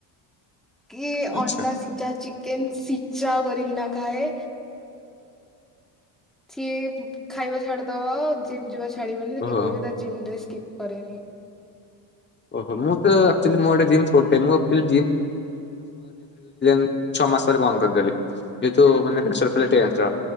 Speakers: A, in the centre; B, on the left.
A: କି
B: ଆଚ୍ଛା
A: ଅଣ୍ଡା ସିଝା ଚିକେନ ସିଚା କରିକିନା ଖାଏ। ସିଏ ଖାଇବା ଛାଡିଦବ। ଜିମ୍ ଯିବା ଛାଡିବନି
B: ଓହୋ
A: କେବେ ବିି ତା ଜିମ୍ ରେ ସ୍କିପ୍ କରେନି।
B: ଓହୋ ମୁଁ ତ ଏକ୍ଟୁଆଳି ମୋ ଆଡେ ଜିମ୍ ସ୍ପଟ ଟେ ମୁଁ ଆକଚୁଆଲି <unintelligible> ଛଅ ମାସରେ ବନ୍ଦ କରିଦେଲି ଯେହେତୁ ମାନେ ପ୍ରେସର ପଡିଲା ଟେନ୍ସ ର।